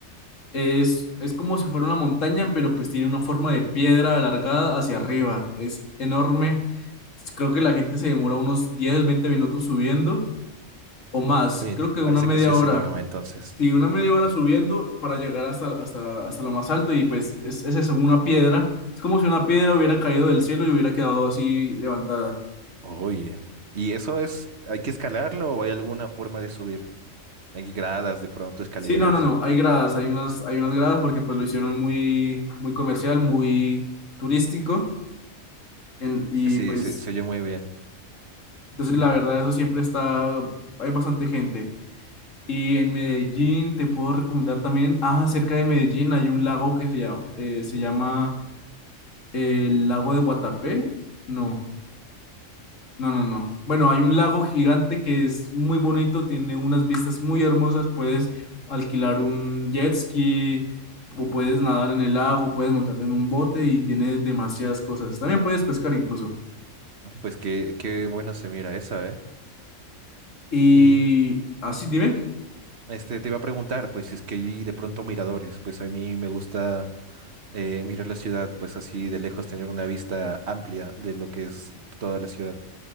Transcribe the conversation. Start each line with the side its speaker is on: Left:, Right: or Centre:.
Left: Es, es como si fuera una montaña, pero pues tiene una forma de piedra alargada hacia arriba. Es enorme. Creo que la gente se demora unos 10 20 minutos subiendo o más.
Right: Oye,
Left: Creo que
Right: parece
Left: una media
Right: que sí es
Left: hora.
Right: enorme entonces.
Left: Sí, una media hora subiendo para llegar hasta, hasta, hasta lo más alto y pues es, es eso, una piedra. Es como si una piedra hubiera caído del cielo y hubiera quedado así levantada.
Right: Oye, ¿y eso es, hay que escalarlo o hay alguna forma de subir? Hay gradas, de pronto, escaleras.
Left: Sí, no, no, no, hay gradas, hay unas, hay unas gradas porque pues lo hicieron muy, muy comercial, muy turístico en- y
Right: Sí,
Left: pues
Right: se, se oye muy bien.
Left: Entonces, la verdad, eso siempre está, hay bastante gente. Y en Medellín te puedo recomendar también, ah, cerca de Medellín hay un lago que se llama, eh, se llama eh, el lago de Guatapé. No, no, no, no. Bueno, hay un lago gigante que es muy bonito, tiene unas vistas muy hermosas, puedes alquilar un jet ski o puedes nadar en el lago, puedes montarte en un bote y tiene demasiadas cosas. También puedes pescar incluso.
Right: Pues qué, qué bueno se mira esa, ¿eh?
Left: Y
Right: Y,
Left: así, dime.
Right: Este, te iba a preguntar, pues, si es que hay de pronto miradores, pues a mí me gusta eh, mirar la ciudad, pues así de lejos, tener una vista amplia de lo que es toda la ciudad.